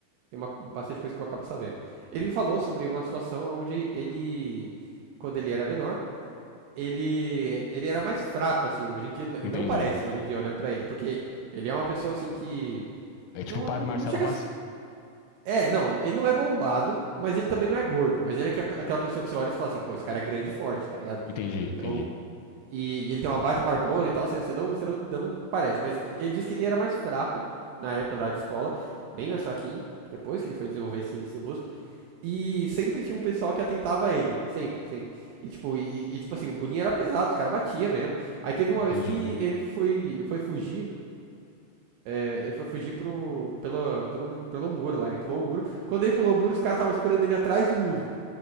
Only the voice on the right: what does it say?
tem uma, bastante coisa que eu acabo sabendo. Ele me falou sobre uma situação onde ele, quando ele era menor, ele, ele era mais fraco, assim, hoje em dia, não
parece, hoje em dia, olhando pra ele, porque ele é uma pessoa, assim, que
não,
não,
não chega
a é, não, ele não é bombado, mas ele também não é gordo. Mas ele é que- é aquela pessoa que você olha e você fala assim, pô, esse cara é grande e forte, tá ligado?
Então, e, e ele tem uma baita barbona e tal, você, você, não, você não, não parece. Mas ele disse que ele era mais fraco na época da escola, bem mais fraquinho, depois que ele foi desenvolver esse, esse músculo. E sempre tinha um pessoal que atentava a ele, sempre, sempre. E tipo, e, e, tipo assim, o bullying era pesado, os caras batiam mesmo. Aí teve uma
vez que ele foi, foi fugir é, Ele foi fugir pro, pela, pelo, pelo muro lá, ele pulou o muro. Quando ele pulou o muro, os caras estavam esperando ele atrás do muro.